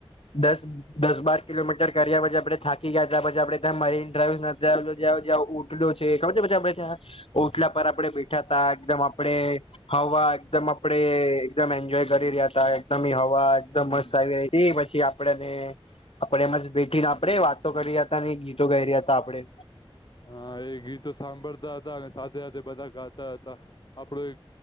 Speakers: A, on the left (about 75°); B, on the left (about 50°).
A: દસ દસ બાર કિલોમીટર કર્યા પછી આપડે થાકી ગયા તા પછી આપડે મરીન ડ્રાઈવને ત્યાં ઉટડો છે ખબર છે પછી આપ ત્યાં ઉટલા પર આપડે છતા એકદમ આપડે હવા એકદમ આપડે એકદમ એન્જોય કરી રહ્યા હતા એકદમ હ વા
B: હમ
A: એકદમ મસ્ત આવી રહી હતી પછી આપડે આપડે એમાં જ બેઠીને આપડે વાત વાતો કરી રહ્યા હતા ને ગીતો ગાઈ રહ્યા હતા આપડે
B: હા એ ગીતો સાંભળતા હતા અને સાથે સાથે બધા ગા હતા આપડો એક